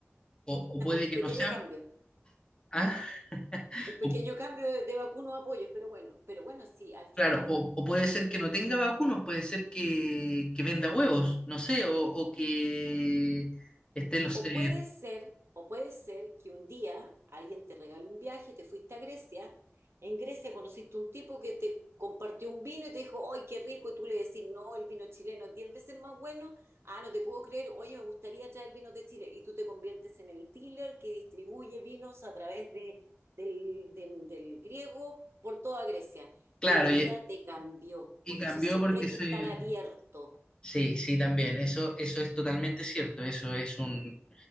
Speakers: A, on the left (about 20°); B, on the right (about 65°).
A: o, o puede
B: Un
A: que
B: pequeño
A: no sean...
B: cambio,
A: <laughs> ¿Ah? <laughs>
B: un pequeño cambio de, de algunos apoyos, pero bueno, pero bueno, sí, al final
A: Claro, o, o puede ser que no tenga vacunos, puede ser que, que venda huevos, no sé, o, o que esté los...
B: O
A: eh,
B: puede ser, o puede ser que un día alguien te regale un viaje, te fuiste a Grecia, en Grecia conociste un tipo que te compartió un vino y te dijo, ¡ay, qué rico! Y tú le decís, no, el vino chileno es 10 veces más bueno. Ah, no te puedo creer, oye, me gustaría traer vinos de Chile. Y tú te conviertes en el dealer que distribuye vinos a través de, del, del del griego por toda Grecia.
A: claro,
B: Y la vida
A: y,
B: te cambió.
A: y
B: Por
A: cambió
B: eso siempre
A: porque
B: hay
A: se...
B: que estar abierto.
A: Sí, sí, también, eso, eso es totalmente cierto, eso es un...